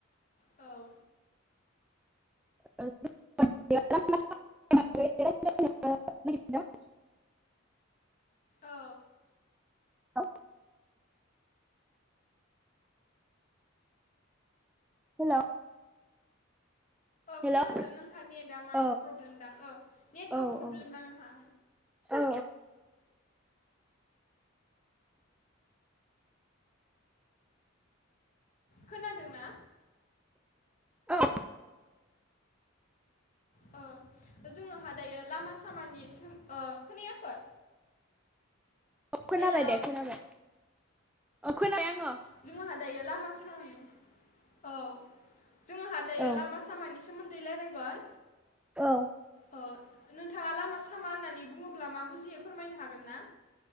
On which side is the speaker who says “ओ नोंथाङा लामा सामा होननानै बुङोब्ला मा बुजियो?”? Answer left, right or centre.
Left